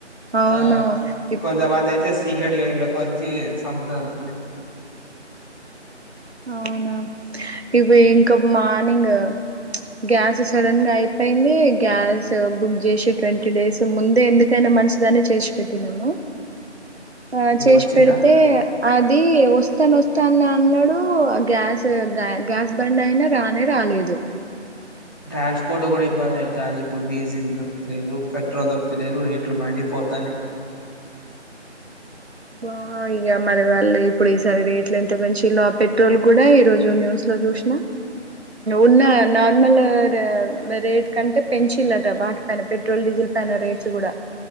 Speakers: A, on the right (about 60°); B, on the left (about 20°).
A: అవును
B: ఆ
A: ఇప్
B: కొంతమంది అయితే సీక్రెట్గా ఇన్లకి వచ్చి చంపుతారు
A: అవునా ఇవి ఇంక మార్నింగ్ గ్యాస్ సడన్ గా అయిపోయింది గ్యాస్ బుక్ చేసి ట్వంటీ డేస్ ముందే ఎందుకైనా మంచిదని చేసి పెట్టినాము ఆ చేసి
B: వచ్చిందా
A: పెడితే అది వస్తాను వస్తాన అన్నాడు గ్యాస్ గ్యాస్ బండ్ అయినా రానే రాలేదు
B: ట్రాన్స్పోర్ట్ కూడా ఇబ్బంది అవుతుంది ఇప్పుడు డీజిల్ దొరక్తలేదు పెట్రోల్ దొరక్తలేదు రేట్లు మండిపోతానయి
A: బా ఇక మరి వాళ్ళు ఇప్పుడు ఈసారి రేట్లు ఎంత పెంచిల్లో ఆ పెట్రోల్ కూడా ఈరోజు న్యూస్ లో చూసిన ఉన్న నార్మల్ రేట్ కంటే పెంచిల్లట వాటి పైన పెట్రోల్ డీజిల్ పైన రేట్స్ కూడా